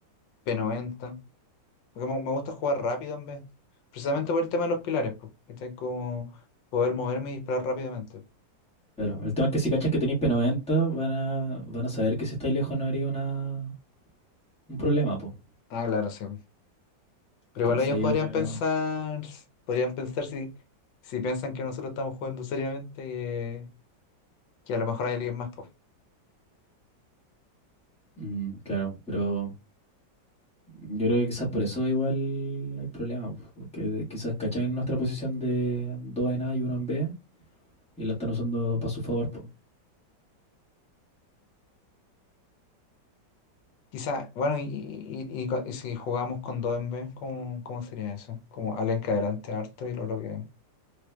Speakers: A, on the left; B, in the centre.
A: P90, porque me, me gusta jugar rápido en vez. Precisamente por el tema de los pilares, porque como poder moverme y disparar rápidamente.
B: Claro. El tema es que si cachan que tenéis P90, van a, van a saber que si estáis lejos no haría una, un problema, po.
A: Ah, claro, sí. Pero
B: Entonces
A: igual ellos podrían
B: yo, yo-
A: pensar, podrían pensar si, si piensan que nosotros estamos jugando seriamente, eh, que a lo mejor hay alguien más, pues.
B: mm, claro, pero yo creo que quizás por eso igual hay problemas po, porque quizás cachan en nuestra posición de 2 en A y uno en B y lo están usando para su favor, po.
A: Quizá, bueno, y, y, y- y co- y si jugamos con dos en vez, ¿cómo, cómo sería eso? Como alguien que adelante harto y lo bloquea.